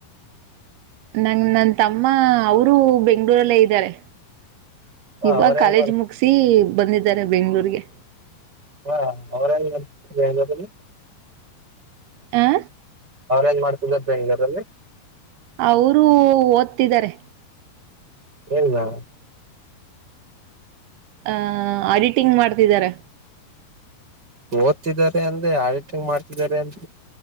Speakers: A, on the right; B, on the right.
A: ನಂ <unintelligible> ನನ್ ತಮ್ಮ ಅವರು ಬೆಂಗಳೂರಲ್ಲೇ ಇದ್ದಾರೆ
B: ವಾ
A: ಇವಾಗ
B: ಅವ್ರೇನ್
A: ಕಾಲೇಜ್
B: ಮಾಡ್
A: ಮುಗಸಿ ಬಂದಿದ್ದಾರೆ ಬೆಂಗಳೂರಿಗೆ
B: ಹಾ ಅವರ ಎಲ್ಲಿ ಇರೋದಿಲ್ಲಿ
A: ಹಾ
B: ಅವರೇನು ಮಾಡ್ತಿರೋದು ಬೆಂಗಳೂರಲ್ಲಿ
A: ಅವರು ಓದ್ತಿದ್ದಾರೆ
B: ಏನ್ನಾ
A: ಆಹ ಆಡಿಟಿಂಗ್ ಮಾಡ್ತಿದ್ದಾರೆ
B: ಓದ್ತಿದ್ದಾರೆ ಅಂದ್ರೆ ಆಡಟಿಂಗ್ ಮಾಡ್ತಿದ್ದಾರೆ ಅಂತ